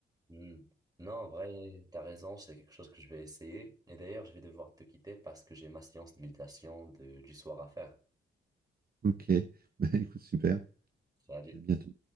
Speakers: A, on the right; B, on the right.
A: Hmm. Non, en vrai, t'as raison, c'est quelque chose que je vais essayer. Et d'ailleurs, je vais devoir te quitter parce que j'ai ma séance de méditation de- du soir à faire.
B: Ok, <laughs> Bah, écoute, super.
A: Salut.
B: Puis à bientôt.